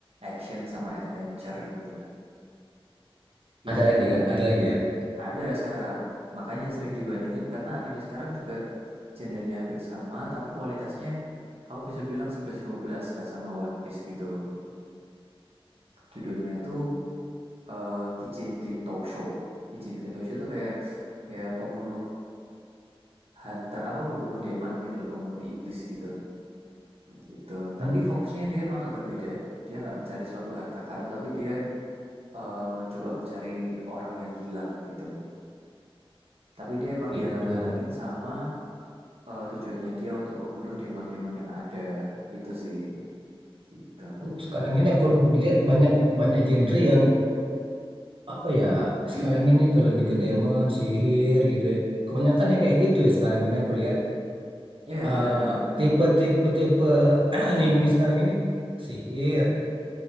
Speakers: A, on the right (about 85°); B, on the right (about 60°).
A: action sama adventure gitu. Ini
B: ada lagi
A: a-
B: nggak? ada lagi ya <clears throat>
A: ada sekarang. Makanya sering dibandingin karena anime sekarang juga genrenya hampir sama tapi kualitasnya aku bisa bilang sebelas dua belas lah sama One Piece gitu. Judulnya tuh eh, Kijinkin Tousho. Kijinkin Tousho tuh kayak ya pembunuh hunter apa pembunuh demon gitu loh pembunuh iblis gitu Gitu.
B: Hmm,
A: Tapi fokusnya dia emang agak beda. Dia nggak mencari suatu harta karun, tapi dia eh, mencoba mencari orang yang hilang gitu. Tapi dia emang
B: gitu.
A: dihalang-halangin sama eh, tujuannya dia untuk membunuh demon-demon yang ada. Itu sih. Gitu.
B: Oh, sekarang ini aku lihat banyak banyak genre yang apa ya sekarang ini ke lebih ke demon sihir gitu ya kebanyakan yang kayak gitu ya sekarang ini aku lihat
A: Iya, yeah, benar
B: Eh,
A: benar benar.
B: tipe-tipe tipe <clears throat> anime sekarang ini sihir